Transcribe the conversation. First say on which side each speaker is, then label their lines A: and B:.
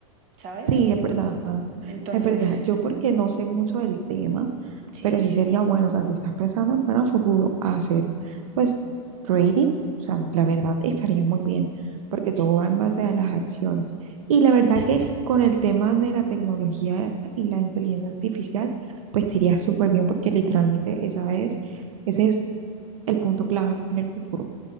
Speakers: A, on the right; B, on the right.
A: ¿sabes?
B: sí, es verdad,
A: Entonces,
B: es verdad. Yo porque no sé mucho del tema,
A: sí,
B: pero sí sería bueno, o sea, si estás pensando en plan a futuro, hacer pues trading, o sea,
A: ujú,
B: la verdad estaría muy bien, porque
A: sí,
B: todo va en base a las acciones. Y la verdad
A: exacto,
B: que con el tema de la tecnología y la inteligencia artificial, pues te iría súper bien, porque literalmente esa es, ese es el punto clave en el futuro.